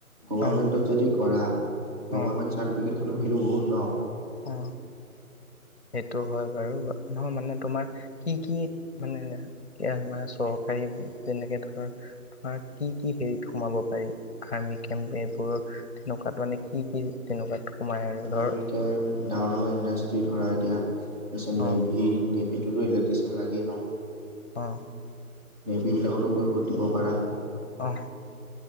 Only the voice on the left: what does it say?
অ
অ
অ সেইটো হয় বাৰু নহয় মানে তোমাৰ কি কি মানে কিয়া আমাৰ চৰকাৰী যেনেকে ধৰ কি কি হেৰিত সোমাব পাৰি আৰ্মি কেম্প এইবোৰ তেনেকুৱাত মানে কি কি তেনেকুৱাত সোমায় আৰু ধৰ-
অ
অ
অ